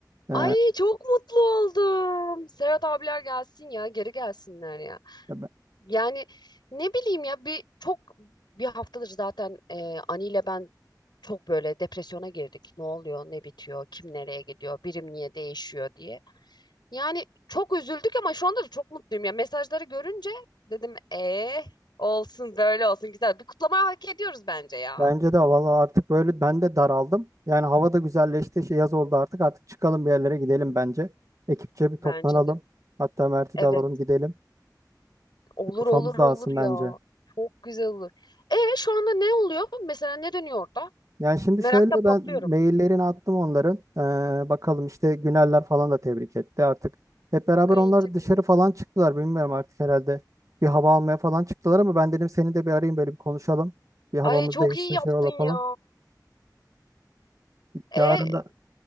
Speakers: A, on the right (about 50°); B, on the left (about 80°).
A: Ee,
B: Ay çok mutlu oldum. Serhat abiler gelsin ya geri gelsinler ya.
A: ben-
B: Yani ne bileyim ya bir çok bir haftadır zaten e, Ani ile ben çok böyle depresyona girdik. Ne oluyor, ne bitiyor, kim nereye gidiyor, birim niye değişiyor diye. Yani çok üzüldük ama şu anda da çok mutluyum. Ya mesajları görünce dedim eh olsun böyle olsun güzel. Bir kutlama hak ediyoruz bence ya.
A: Bence de valla artık böyle ben de daraldım. Yani hava da güzelleşti. Şey yaz oldu artık. Artık çıkalım bir yerlere gidelim bence. Ekipçe bir toplanalım.
B: Bence de.
A: Hatta Mert'i
B: Evet
A: de alalım gidelim.
B: olur
A: Bir kafamız
B: olur
A: dağılsın
B: olur ya.
A: bence.
B: Çok güzel olur. E şu anda ne oluyor? Mesela ne dönüyor orada?
A: Yani şimdi
B: Meraktan
A: şöyle
B: patlıyorum.
A: ben maillerini attım onların. Ee, bakalım işte Güneller falan da tebrik etti artık. Hep beraber
B: Ay
A: onlar
B: çok
A: dışarı
B: iyi.
A: falan çıktılar. Bilmiyorum artık herhalde. Bir hava almaya falan çıktılar ama ben dedim seni de bir arayayım böyle bir konuşalım. Bir havamız
B: Ay çok
A: değilse
B: iyi yaptın
A: şey ola falan.
B: ya. E
A: Yarın da